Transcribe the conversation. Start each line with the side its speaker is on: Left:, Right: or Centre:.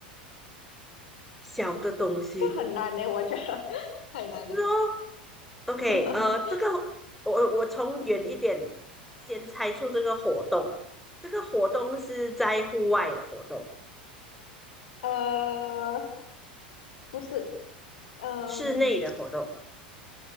Centre: 小的东西。
Left: 这个很难呢，我觉得 <laughs> 太难了。
Centre: 就是哦，OK，
Left: <laughs>
Centre: 呃，这个我我从远一点先猜出这个活动，这个活动是在户外的活动，
Left: 呃，不是，嗯、
Centre: 室内的活动。